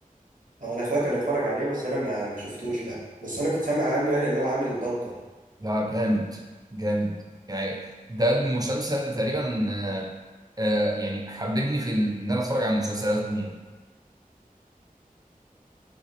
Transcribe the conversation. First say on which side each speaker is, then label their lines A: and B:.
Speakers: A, on the right (about 65°); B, on the right (about 25°).
A: هو انا اخويا كان اتفرج عليه بس انا ما ما شفتوش لا بس انا كنت سامع عنه قال ان هو عامل ضجة
B: لا جامد جامد يعني ده المسلسل تقريبا آه، آه، يعني حببني في ال- إن أنا أتفرج على المسلسلات عموما